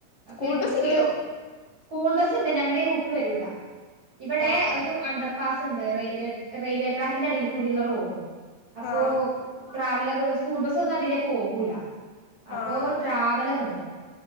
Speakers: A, on the right; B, on the left.
A: അപ്പൊ
B: സ്കൂൾ
A: ഇവർക്ക്
B: ബസ് ഇല്ലയോ
A: സ്കൂൾ ബസ് ഇണ്ട് ഞങ്ങടെ ഈ റൂട്ട് വെരൂല്ലാ ഇവടെ
B: ആഹ്
A: ഒരു അണ്ടർ പാസ് ഇണ്ട് റെ റെയിൽവേ ട്രാക്കിന്റെ അടിയിൽ കൂടോള്ള റോഡ് അപ്പോ
B: ആഹ്
A: ട്രാവലർ സ്കൂൾ ബസ്സ് ഒന്നും അതിലേ പോകൂല്ലാ അപ്പോ
B: ആഹ്
A: ട്രാവലറോണ്ട്